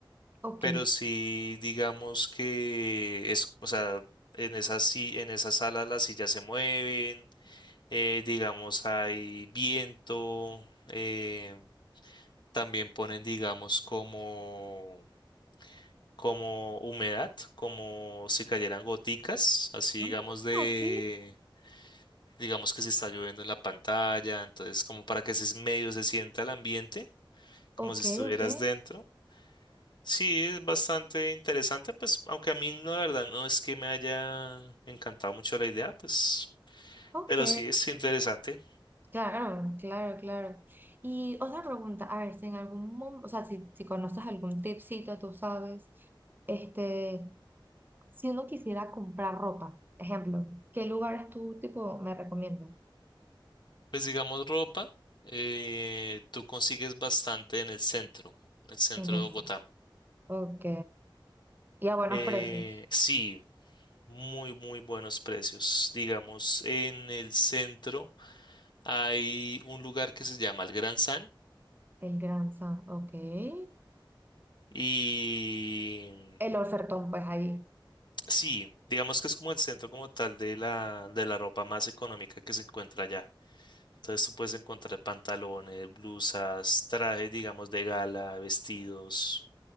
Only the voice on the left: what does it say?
pero sí, digamos que es, o sea, en esas, si- en esas salas las sillas se mueven, eh, digamos hay viento, eh, también ponen, digamos, como... como humedad, como si cayeran goticas, así digamos
de,
digamos que se está lloviendo en la pantalla, entonces como para que ese medio se sienta el ambiente, como
si estuvieras
dentro. Sí, es bastante interesante, pues, aunque a mí no, la verdad, no es que me haya encantado mucho la idea, pues,
pero sí es interesante.
Pues digamos ropa, eh, tú consigues bastante en el centro, en el centro
de Bogotá.
Eh,
sí. muy, muy buenos precios. Digamos, en el centro hay un lugar que se llama el Gran San
y
sí, digamos que es como el centro como tal de la, de la ropa más económica que se encuentra allá. Entonces tú puedes encontrar pantalones, blusas, trajes, digamos, de gala, vestidos